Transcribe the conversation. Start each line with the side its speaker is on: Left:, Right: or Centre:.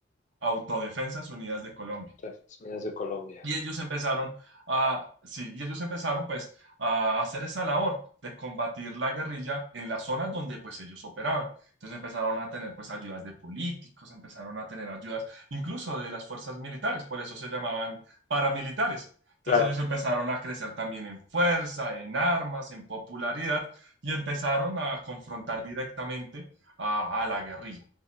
Right: Autodefensas Unidas de Colombia.
Left: Estados Unidos de Colombia.
Right: Y ellos empezaron a, sí, y ellos empezaron pues a hacer esa labor de combatir la guerrilla en las zonas donde pues ellos operaban. Entonces empezaron a tener pues ayudas de políticos, empezaron a tener ayudas incluso de las fuerzas militares, por eso se llamaban paramilitares. Entonces
Left: Claro.
Right: ellos empezaron a crecer también en fuerza, en armas, en popularidad y empezaron a confrontar directamente a, a la guerrilla